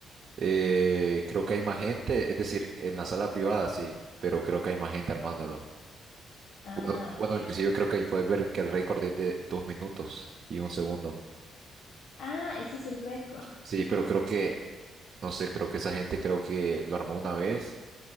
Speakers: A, on the right; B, on the left.
A: Eh, creo que hay más gente, es decir, en la sala privada sí, pero creo que hay más gente armándolo.
B: Ah,
A: Bueno, bueno,
B: ok.
A: inclusive creo que ahí puedes ver que el récord es de dos minutos y un segundo.
B: Ah, ese es el récord.
A: Sí, pero creo que, no sé, creo que esa gente creo que lo armó una vez